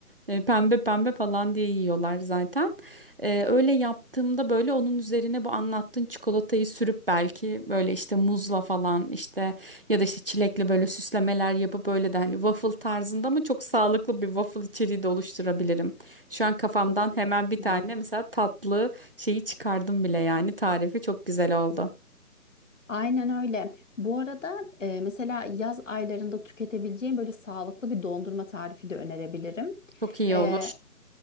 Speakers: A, on the right; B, on the left.
A: E, pembe pembe falan diye yiyorlar zaten. Ee, öyle yaptığımda böyle onun üzerine bu anlattığın çikolatayı sürüp belki böyle işte muzla falan işte ya da işte çilekle böyle süslemeler yapıp böyle de hani waffle tarzında ama çok sağlıklı bir waffle içeriği de oluşturabilirim. Şu an kafamdan
B: Kesinlikle.
A: hemen bir tane mesela tatlı şeyi çıkardım bile yani tarifi çok güzel oldu.
B: Aynen öyle. Bu arada e, mesela yaz aylarında tüketebileceğin böyle sağlıklı bir dondurma tarifi de önerebilirim.
A: Çok iyi
B: E,
A: olur.